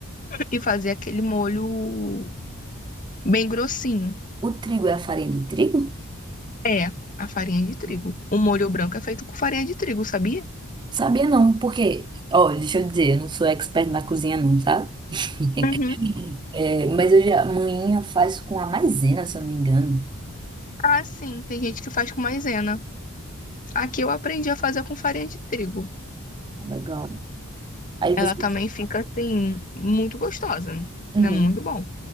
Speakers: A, on the left; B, on the right.
A: e fazer aquele molho bem grossinho.
B: O trigo é a farinha de trigo?
A: É, a farinha de trigo.
B: Hum.
A: O molho branco é feito com farinha de trigo, sabia?
B: Sabia não, porque, ó, deixa eu dizer, eu não sou expert na cozinha não, sabe? <laughs>
A: Uhum.
B: É, mas eu já, manhinha faz com a maisena, se eu não me engano.
A: Ah, sim, tem gente que faz com maisena. Aqui eu aprendi a fazer com farinha de trigo.
B: Legal. Aí
A: Ela
B: você...
A: também fica assim, muito gostosa,
B: Uhum.
A: né? Muito bom.